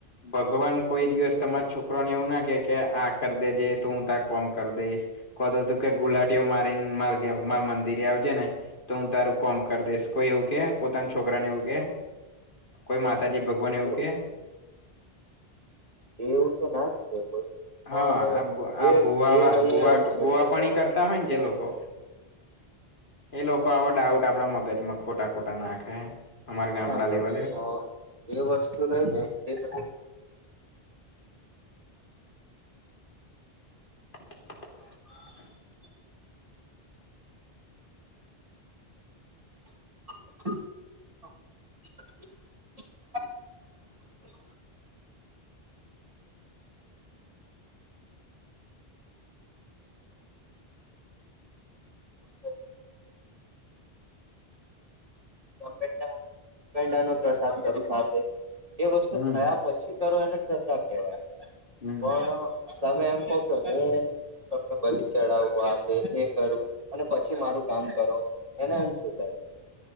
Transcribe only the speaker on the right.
જોયું.
જો
એવું તો ના જ કે કોઈ
અને
એ
એ રહી
એ અંધશ્રદ્ધા
કહેવાય
સાંભળો
અ એ વસ્તું રહી ને એ બધું
<inaudible> <inaudible> ત પેંડા પેંડા નો પ્રસાદ કરી સાથે એ વસ્તુ
થયા પછી કરો એને શ્રદ્ધા કેવાય
પણ તમે એમ કોવ કે હું તબત બલી ચડાવું આ તે એ કરું અને પછી મારું કામ કરો એને અનશ્રદ્ધા